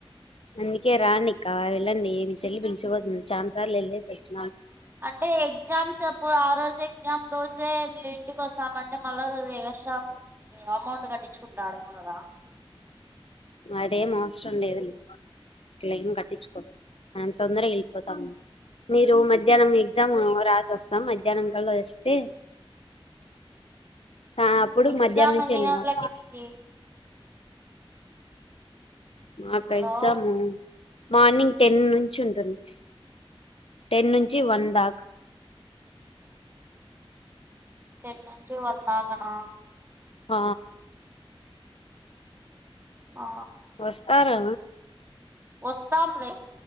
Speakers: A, on the left (about 75°); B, on the right (about 25°).
A: అందుకే రాండిక్క వెళ్ళండి మీ చెల్లి పిలిచిపోతుంది చాన సార్లు వెళ్ళేసొచ్చు
B: అంటే ఎగ్జామ్స్ అప్పుడు ఆ రోజు ఎగ్జామ్ రోజే మీరు ఇంటికి వస్తామంటే మళ్ళా రోజు ఎగస్ట్రా అమౌంట్ కట్టించుకుంటాడేమో కదా
A: అదేం అవసరంలేదు అట్లేం కట్టిచ్చుకోడు తొందరగా వెళ్ళిపోతాము మీరు మధ్యాహ్నం ఎగ్జామ్ రాసొస్తాం మధ్యాహ్నం కల్లా వస్తే సా- అప్పుడు
B: ఎక్జామ్
A: మధ్యాహ్నం నుంచి
B: ఎన్ని
A: వెళ్ళినాం
B: గంటలకి మికీ
A: మాకు
B: హలో
A: ఎగ్జామ్ మార్నింగ్ టెన్ నున్ చుంటుంది టెన్ నుంచి వన్ దాకా
B: టెన్ నుంచి వన్ దాకనా
A: ఆ
B: ఆ
A: వస్తారా
B: వస్తాంలే